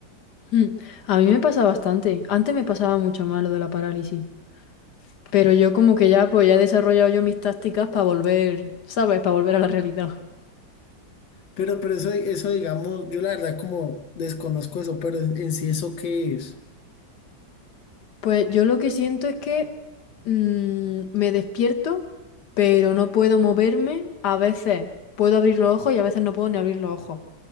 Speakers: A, on the left; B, on the left.
A: Mm, A mí me pasa bastante. Antes me pasaba mucho más lo de la parálisis. Pero yo como que ya, pues ya he desarrollado yo mis tácticas para volver, ¿sabes? Para volver a la realidad.
B: Pero, pero eso, eso, digamos, yo la verdad como desconozco eso, pero en, en sí eso qué es.
A: Pues yo lo que siento es que mm, me despierto, pero no puedo moverme. A veces puedo abrir los ojos y a veces no puedo ni abrir los ojos.